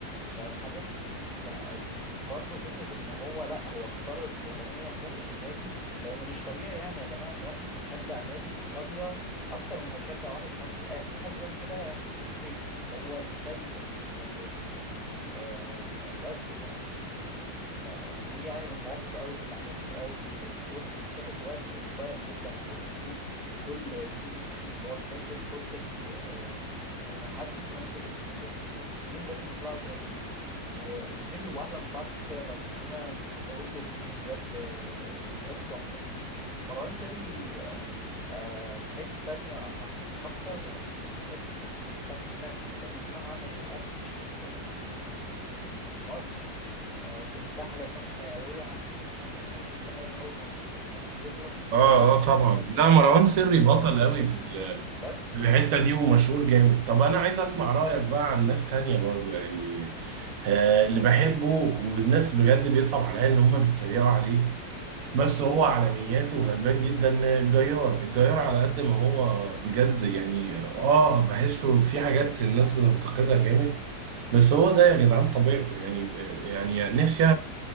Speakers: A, in the centre; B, on the right.
A: فاهم حاجة فبرضه فكرة ان هو لا هو اختار الوطنية فوق النادي لان مش طبيعي يعني يا جماعة ان واحد هيشجع نادي في ايطاليا اكتر ما هيشجع واحد مصري اي حد بيعمل كده هي از فيك هو بيفيك الموضوع آه بس فدي يعني من المواقف قوي اللي عجبتني قوي لنصوحي ونصوحي دلوقتي اون فاير جدا على يوتيوب كل فيديو ليه ترending هو بينزل بودكاست و... آم، وتحدي في نفس الاسبوع الاتنين لازم يطلعوا ترending والاتنين بيبقوا احلى من بعض فعلا يعني انا مش بفوت له فيديو بجد آه، فيديوهاته تحفة مروان سري آه، آه، في حتة تانية اكتر الحتة بتاعت ان انا هعمل رياكشن ماتش آه، كلها حاجات حيوية هعمل لايف أول ما الماتش يخلص تشوفوا
B: اه
A: رياكشن
B: اه طبعا
A: يهزر
B: لا مروان سري بطل
A: آم،
B: قوي في ال-
A: بس
B: في الحته دي ومشهور جامد طب انا عايز اسمع رايك بقى عن ناس تانية برضو يعني آه اللي بحبه والناس بجد بيصعب عليا ان هم بيتريقوا عليه بس هو على نياته غلبان جدا الجيار الجيار على قد ما هو بجد يعني اه بحسه في حاجات الناس بتنتقدها جامد بس هو ده يا جدعان طبيعته يعني يعني نفسي